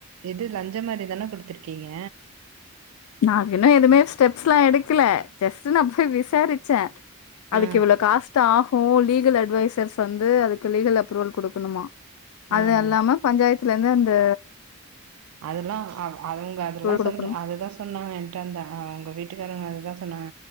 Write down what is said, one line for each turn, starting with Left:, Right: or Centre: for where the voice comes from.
Right: இது லஞ்ச மாரிதான குடுத்துருக்கீங்க
Left: நாங்க இன்னு எதுமே ஸ்டெப்ஸ் எல்லா எடுக்கல ஜஸ்ட் நா போய் விசாரிச்சே அதுக்கு
Right: ஆ
Left: இவ்வள காஷ்டா ஓ லீகல் அட்வைசர்ஸ் வந்து அதுக்கு லீகல் அப்ரூவல் குடுக்கணுமா
Right: ஆ
Left: அது அல்லாம
Right: ஆ.
Left: பஞ்சாயத்ல இருந்து த
Right: அதெல்லா அவுங்க அதெல்லா
Left: குடுக்கணு
Right: சொல் அதுதா சொன்னாங்க இருந்தா உங்க வீட்டுக்காரங்க அதுதா சொன்னாங்க